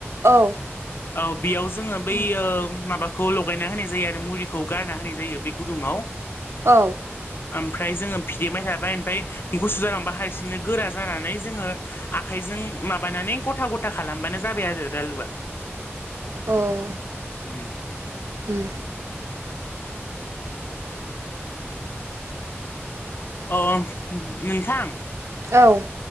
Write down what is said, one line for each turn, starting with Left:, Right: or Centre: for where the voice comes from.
Right: औ
Left: औ बेयाव जोङो बै
Right: उम
Left: माबाखौ खौ लगायना होनाय जायो आरो मुरिखौ गारना होनाय जायो बे गुदुंङाव
Right: औ
Left: ओमफ्राय जोङो फि देबाय थाबाय ओमफ्राय गुसु जालांबा हारसिंनो गोरा जानानै जोङो आखाइजों मा बानानै गथा गथा खालामबानो जाबाय लारुआ
Right: औ
Left: उम
Right: उम
Left: अ नोंथां
Right: औ